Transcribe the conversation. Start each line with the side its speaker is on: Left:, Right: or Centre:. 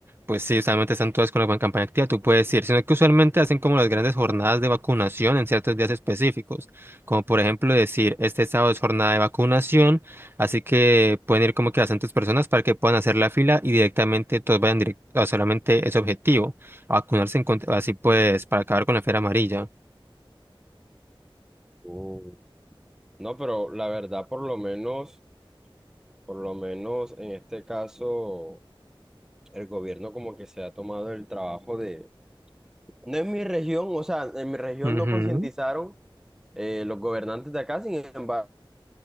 Right: pues sí, usualmente están todas con la con campaña activa, tú puedes ir, sino que usualmente hacen como las grandes jornadas de vacunación en ciertos días específicos, como por ejemplo decir, este sábado es jornada de vacunación, así que pueden ir como que bastantes personas para que puedan hacer la fila y directamente todos vayan directo a solamente ese objetivo a vacunarse en contra- así pues, para acabar con la fiebre amarilla.
Centre: Uh, No, pero la verdad, por lo menos. Por lo menos en este caso, el gobierno como que se ha tomado el trabajo de... No en mi región, o sea, en mi región
Right: Ujú,
Centre: no concientizaron eh, los gobernantes de acá, sin embargo,